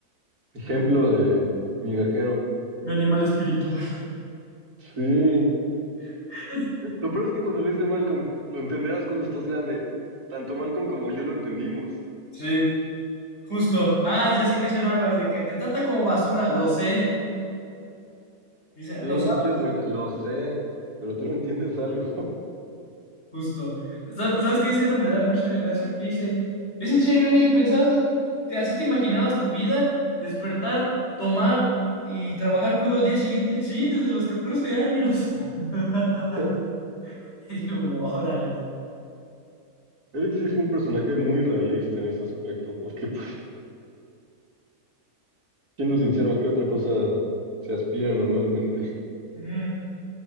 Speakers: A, on the right; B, on the left.
A: ejemplo
B: <laughs>
A: de migajero.
B: Mi, mi animal espiritual.
A: Sí.
B: <laughs>
A: Lo peor es que cuando lo dice Malcolm, lo entenderás cuando estás grande. Tanto Malcolm como yo lo entendimos.
B: Sí, justo. Ah, ya sé que se hablas de que te trata como basura, lo sé. Dice,
A: Sí,
B: lo sabes.
A: ni siquiera es bonita. Lo sé, pero tú no entiendes algo.
B: Justo. Sa- ¿Sabes qué escena me da mucha gracia? Que dice, ¿es en serio, Eric? ¿Pensabas, te- así te imaginabas tu vida? ¿Despertar, tomar y trabajar crudo al día siguiente? Sí, desde los 14 años. <laughs>
A: <laughs>
B: Y digo, órale.
A: Eric sí fue un personaje muy realista en ese aspecto, porque, pues, siendo sincero, ¿a qué otra cosa se aspira normalmente? <laughs>
B: Ujú.